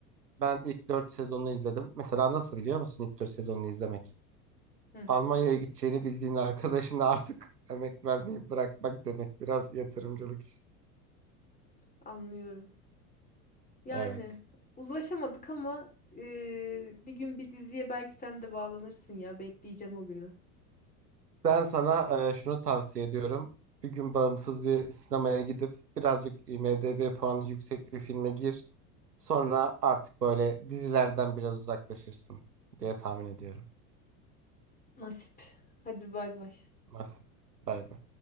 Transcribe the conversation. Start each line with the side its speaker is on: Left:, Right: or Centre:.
Right: Ben ilk 4 sezonunu izledim. Mesela nasıl biliyor musun ilk 4 sezonunu izlemek?
Left: Hı,
Right: Almanya'ya gideceğini bildiğin arkadaşına <laughs> artık emek vermeyi bırakmak demek. Biraz yatırımcılık. işi.
Left: anlıyorum. Yani
Right: Evet.
Left: uzlaşamadık ama eee, bir gün bir diziye belki sen de bağlanırsın ya. Bekleyeceğim o günü.
Right: Ben sana e, şunu tavsiye ediyorum. Bir gün bağımsız bir sinemaya gidip birazcık IMDb puanı yüksek bir filme gir. Sonra artık böyle dizilerden biraz uzaklaşırsın diye tahmin ediyorum.
Left: Nasip. Hadi bay bay.
Right: Nasıl? Bay bay.